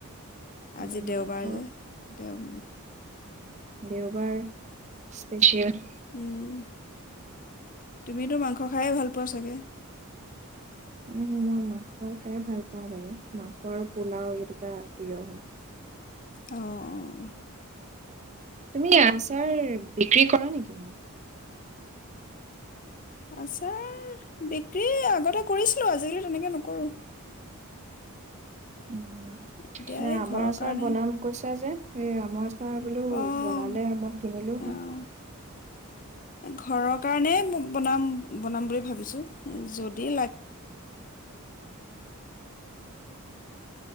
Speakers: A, on the right; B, on the left.
A: এয়া
B: আজি দেওবাৰ
A: মাংস
B: যে তেওঁ,
A: দেওবাৰৰ স্পেচিয়েল
B: উম তুমিটু মাংস খায়ে ভাল পোৱা চাগে,
A: উম মই মাংস খায়ে ভাল পাওঁ বাৰু মাংসৰ পোলাও এই দুটা প্ৰিয় হয়
B: অ অহ
A: তুমি আচাৰ বিক্ৰী কৰা নেকি?
B: আচাৰ বিক্ৰী আগতে কৰিছিলো আজিকালি তেনেকে নকৰো
A: উম
B: এতিয়া
A: নাই
B: এই
A: আমৰ
B: ঘৰৰ
A: আচাৰ
B: কাৰণে
A: বনাম কৈছা যে এ আমাৰ নাই বুলু
B: অঁ
A: বনালে মই কিনিলো হয়
B: অঁ ঘৰৰ কাৰণে বনাম বনাম বুলি ভাবিছোঁ যদি